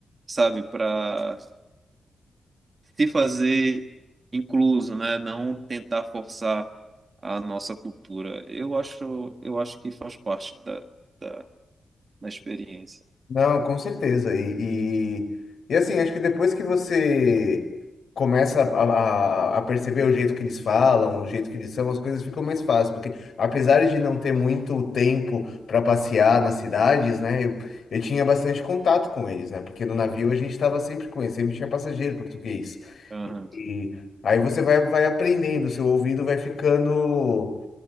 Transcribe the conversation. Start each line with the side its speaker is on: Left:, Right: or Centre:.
Right: sabe, para se fazer incluso, né? Não tentar forçar a nossa cultura. Eu acho, eu acho que faz parte da, da, da experiência.
Left: Não, com certeza. E, e, e assim, acho que depois que você começa a, a, a perceber o jeito que eles falam, o jeito que eles são, as coisas ficam mais fáceis. Porque apesar de não ter muito tempo para passear nas cidades, né? Eu, eu tinha bastante contato com eles, né? Porque no navio a gente estava sempre com eles, sempre tinha passageiro português.
Right: Aham,
Left: E aí você vai, vai aprendendo, seu ouvido vai ficando.